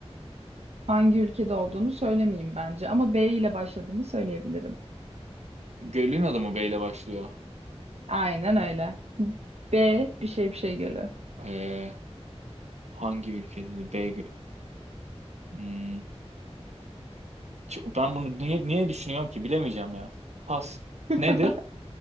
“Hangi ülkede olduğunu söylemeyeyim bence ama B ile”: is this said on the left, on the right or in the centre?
Right